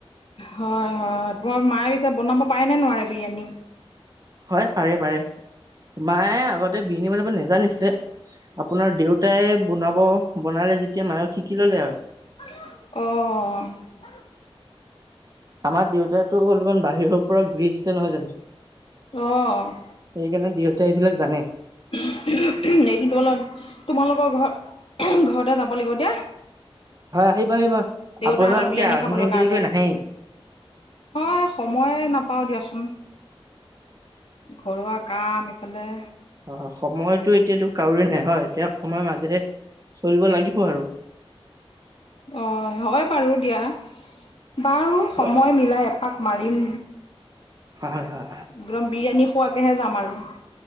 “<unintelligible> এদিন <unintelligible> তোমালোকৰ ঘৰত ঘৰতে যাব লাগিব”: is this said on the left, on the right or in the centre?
Left